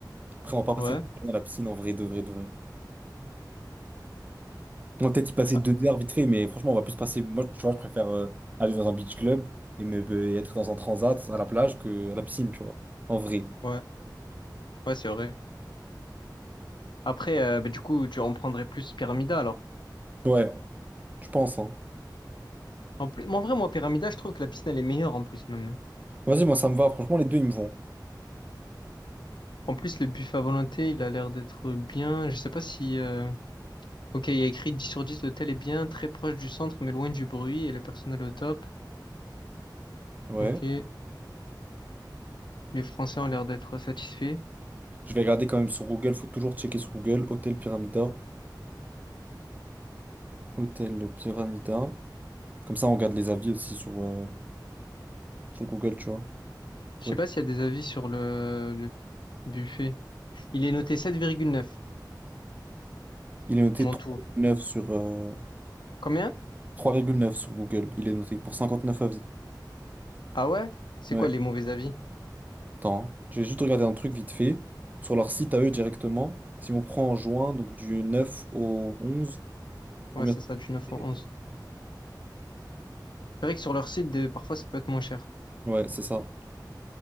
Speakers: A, on the right; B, on the left.
A: Après, on va pas passer
B: Ouais.
A: toute la journée à la piscine en vrai, de vrai, de vrai. On va peut-être y passer
B: Ah,
A: deux heures vite fait, mais franchement, on va plus passer... Moi, tu vois, je préfère euh, aller dans un beach club et, me, et être dans un transat à la plage que à la piscine, tu vois. En vrai.
B: ouais. Ouais, c'est vrai. Après, euh, bah, du coup, tu en prendrais plus Pyramida alors.
A: Ouais, je pense, hein.
B: En plus, mais en vrai, moi, Pyramida, je trouve que la piscine, elle est meilleure en plus même.
A: Vas-y, moi ça me va. Franchement, les deux ils me vont.
B: En plus, le buffet à volonté, il a l'air d'être bien. Je sais pas si. euh, Ok, il y a écrit 10 sur 10, l'hôtel est bien, très proche du centre, mais loin du bruit et le personnel au top.
A: Ouais.
B: Ok. Les Français ont l'air d'être satisfaits.
A: Je vais regarder quand même sur Google. Faut toujours checker sur Google. Hôtel Pyramida. Hôtel Pyramida. Comme ça, on regarde les avis aussi sur, euh, sur Google, tu vois. Pour
B: Je sais
A: être-
B: pas s'il y a des avis sur le, le buffet. Il est noté sept virgule neuf
A: Il est noté
B: en
A: trois
B: tout.
A: virgule neuf sur, euh,
B: Combien?
A: trois virgule neuf sur Google. Il est noté pour 59 avis.
B: Ah ouais? C'est
A: Ouais.
B: quoi les mauvais avis?
A: Attends, hein. Je vais juste regarder un truc vite fait. Sur leur site à eux directement. Si on prend en juin, donc du 9 au 11 combien?
B: Ouais, c'est ça, du
A: ça
B: neuf au
A: fait?
B: onze. C'est vrai que sur leur site, des- parfois, ça peut être moins cher.
A: Ouais, c'est ça.